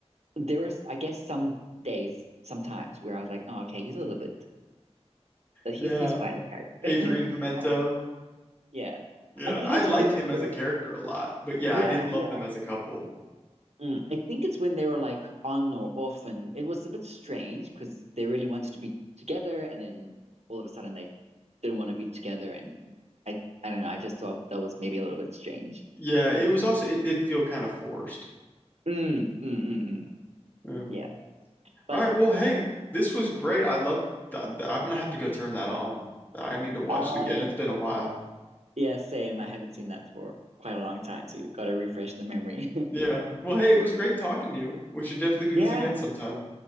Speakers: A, on the right; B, on the left.
A: there was I guess some days, sometimes where I was like, oh, okay, he's a little bit, but he's
B: Yeah.
A: he's quite a character.
B: Adrian Pimento.
A: <laughs> I don't know. Yeah,
B: Yeah,
A: I think
B: I
A: it's
B: liked
A: when
B: him as
A: they're
B: a character a lot, but yeah,
A: yeah
B: I didn't love
A: yeah.
B: them as a couple.
A: Mm. I think it's when they were like on or off, and it was a bit strange because they really wanted to be together, and then all of a sudden they didn't want to be together, and I I don't know. I just thought that was maybe a little bit strange.
B: Yeah, it was also it did feel kind of forced.
A: Mm, mm, mm, mm.
B: Yeah.
A: Yeah, but
B: All right, well, hey, this was great. I love that. I'm gonna have to go turn that on. I need to watch
A: uh,
B: it again.
A: yeah.
B: It's been a while.
A: Yeah, same. I haven't seen that for quite a long time too. Got to refresh the memory. <laughs>
B: Yeah. Well, hey, it was great talking to you. We should definitely do
A: Yeah,
B: this again sometime.